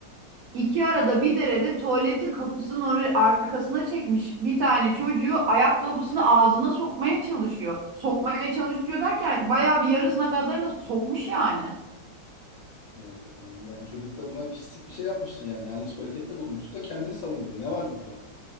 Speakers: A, on the right; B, on the left.
A: İki arada bir derede tuvaletin kapısının oraya arkasına çekmiş bir tane çocuğu ayakkabısını ağzına sokmaya çalışıyor. Sokmaya çalışıyor derken bayağı bir yarısına kadarını da sokmuş yani.
B: Evet efendim. Yani çocuk da buna pislik bir şey yapmıştır yani. Yanlış bir harekette bulunmuştur da kendini savunuyordur. Ne var bunda?